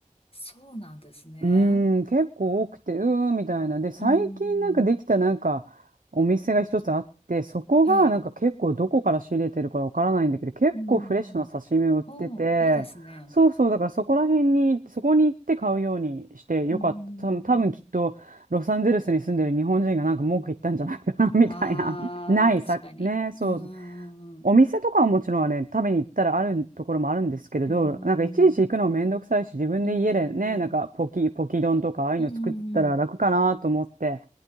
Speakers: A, on the left (about 45°); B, on the right (about 80°).
A: そうなんですね。
B: うーん、結構多くて、うーん、みたいな。で、最近なんかできたなんかお店が一つあって、
A: うーん。
B: そこがなんか結構どこから仕入れてるかわからないんだけど、
A: はい。
B: 結構フレッシュな刺身を売ってて、
A: うーん。おー、いいですね。
B: そうそう、だからそこら辺に、そこに行って買うようにしてよかった。
A: うーん。
B: 多分多分きっとロサンゼルスに住んでる日本人がなんか文句言ったんじゃないかな、みたいな。
A: ああ、
B: <laughs> ないさ、
A: 確かに。
B: ね、そう。
A: うーん。
B: お店とかはもちろんね、
A: う
B: 食べに行ったらあるところもあるんですけれど、
A: ーん。
B: なんかいちいち行くのもめんどくさいし、自分で家でね、
A: うーん。うーん。
B: なんかポキ、ポキ丼とかああいうの作ったら楽かなと思って。
A: うーん。うん